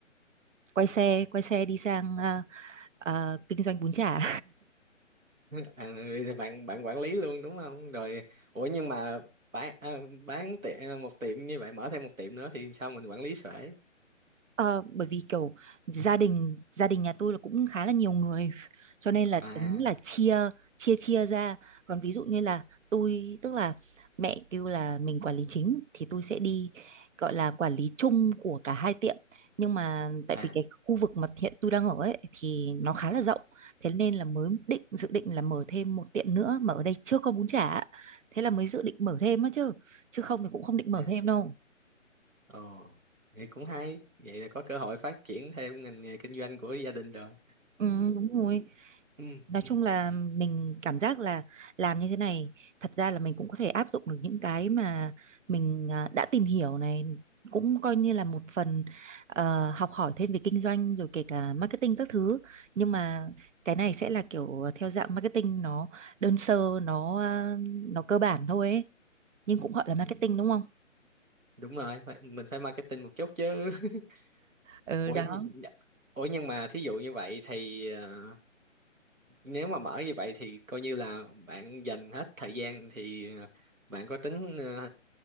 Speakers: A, on the right; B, on the right.
A: quay xe quay xe đi sang ờ, ờ, kinh doanh bún chả
B: <laughs> à, bây bạn bạn quản lý luôn đúng không rồi ủa nhưng mà bán à, bán tiệm ờ, một tiệm như vậy mở thêm một tiệm nữa thì sao mình quản lý xuể
A: Ờ, bởi vì kiểu gia đình gia đình nhà tôi là cũng khá là nhiều người cho nên là
B: à
A: tính là chia chia chia ra còn ví dụ như là tôi tức là mẹ kêu là mình quản lý chính thì tôi sẽ đi gọi là quản lý chung của cả hai tiệm nhưng mà tại
B: à
A: vì cái khu vực mà hiện tôi đang ở ấy thì nó khá là rộng thế nên là mới định dự định là mở thêm một tiệm nữa mà ở đây chưa có bún chả thế là mới dự định mở thêm á chứ chứ không thì cũng không định mở
B: à
A: thêm đâu
B: ồ vậy cũng hay vậy là có cơ hội phát triển thêm ngành nghề kinh doanh của gia đình rồi
A: ừ, đúng rồi
B: ừ,
A: Nói
B: ừ,
A: chung là mình cảm giác là làm như thế này thật ra là mình cũng có thể áp dụng được những cái mà mình à, đã tìm hiểu này cũng coi như là một phần ờ, học hỏi thêm về kinh doanh rồi kể cả marketing các thứ nhưng mà cái này sẽ là kiểu à, theo dạng marketing nó đơn sơ nó ờ, nó cơ bản thôi ấy. Nhưng cũng gọi là marketing
B: ừ.
A: đúng không?
B: đúng rồi phải, mình phải marketing một chút chứ <laughs>
A: Ừ
B: ủa,
A: đó
B: nh- nh- ủa nhưng mà thí dụ như vậy thì ờ, nếu mà mở như vậy thì coi như là bạn dành hết thời gian thì ờ, bạn có tính ờ,